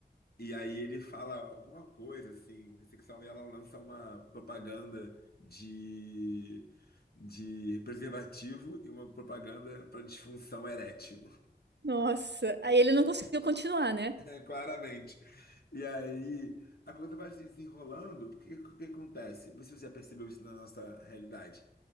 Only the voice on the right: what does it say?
Nossa. Aí ele não conseguiu continuar, né?